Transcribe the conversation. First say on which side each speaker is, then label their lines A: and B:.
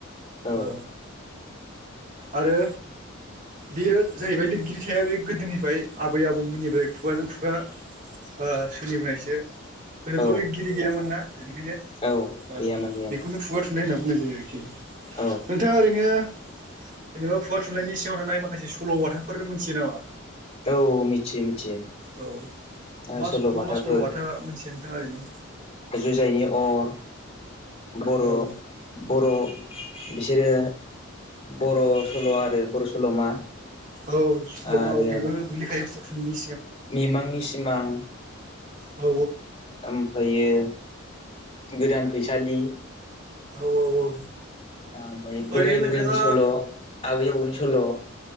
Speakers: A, on the left; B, on the right.
A: औ
B: ओ आरो बेयो जाहैबाय लिरगिरि थाया बे गोदोनिफ्राय आबै आबौमोननिफ्राय खुगाजों खुगा ओ सोलिबोनायसो गोदोथ
A: औ
B: लिरगिरि गैयामोन ना? बेनिखायनो
A: औ
B: ओ
A: गैयामोन गैयामोन
B: बेखौनो खुगा थुन होननाय होनना बुंनाय जायो आरोखि।
A: औ
B: नोंथाङा ओरैनो जेनेबा खुगा थुनलाइनायनि सिङाव थानाय माखासे सलबाथाफोर मोनथियो नामा?
A: औ मिथियो मिथियो
B: औ
A: आं
B: मा
A: सलबाथाफोर
B: मा मा सल'बाथा मोनथियो नोंथाङा ओरैनो
A: जुजाइनि अर बर'
B: औ
A: बर' बिसोरो बर' सल' आरो बर' सल'मा
B: औ सल'आव
A: आरो
B: बेबो गोलैखायो हटेलनि
A: मिमांनि सिमां
B: औ
A: ओमफ्रायो गोदान फैसालि
B: औ औ औ
A: ओमफ्राय
B: ओरैनो
A: बोराय
B: नोंथाङा
A: बुरैनि सल' आबै आबौनि सल'